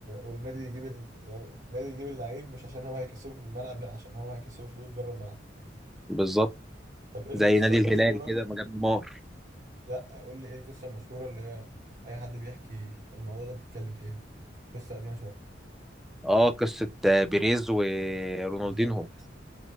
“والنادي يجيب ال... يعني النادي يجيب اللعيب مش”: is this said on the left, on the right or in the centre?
Right